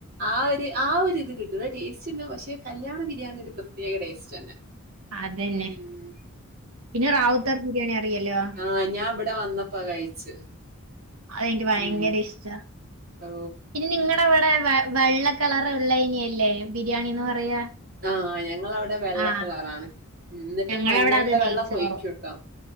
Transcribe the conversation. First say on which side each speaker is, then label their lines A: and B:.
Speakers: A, on the right; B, on the right.
A: ആ ഒരു ആ ഒരുരിത് കിട്ടൂല, ടേസ്റ്റ്ണ്ട് പക്ഷെ കല്യാണ ബിരിയാണി ഒരു പ്രത്യേക ടേസ്റ്റ് തന്നെ.
B: അതന്നെ.
A: ഉം.
B: പിന്നെ റാവുത്തർ ബിരിയാണി അറിയല്ലോ?
A: ആഹ് ഞാൻ ഇവിടെ വന്നപ്പ കഴിച്ച്
B: അതെനിക്ക് ഭയങ്കര
A: ഉം.
B: ഇഷ്ടാ
A: ഓ
B: ഇനി നിങ്ങടവിടെ വേ വെള്ള കളറ് ഉള്ളയിനെ അല്ലേ ബിരിയാണിന്ന് പറയാ
A: ആഹ് ഞങ്ങവിടെ വെള്ള
B: ആ
A: കളറാണ് എന്നിട്ട്
B: ഞങ്ങളവിടെ
A: മഞ്ഞളിന്റെ
B: അത് നെയ്ച്ചോറും.
A: വെള്ളകെ ഓയികോട്ടേ